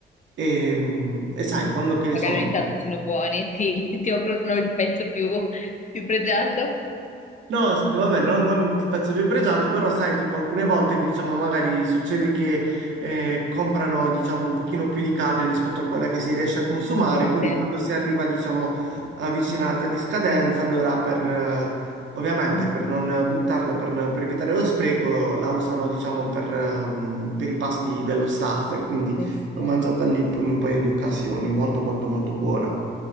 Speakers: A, on the right; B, on the left.
A: E, mh, e sai, quando che ne
B: Magari
A: so,
B: ogni tanto sono buoni, <laughs> ti, ti offrono il pezzo più, più pregiato.
A: no, s- vabbè, non, non il pezzo più pregiato, però sai, tipo alcune volte, diciamo, magari succede che eh, comprano, diciamo, un pochino più di carne rispetto a quella che si riesce a consumare, quindi
B: Sì.
A: quando si arriva, diciamo, avvicinata di scadenza, allora per, eh, ovviamente,
B: Mm.
A: per non buttarla, per, per evitare lo spreco, la usano, diciamo, per, eh, mh, per i pasti dello staff e quindi
B: Sì, sì.
A: l'ho mangiata lì in un paio di occasioni, molto, molto, molto buona.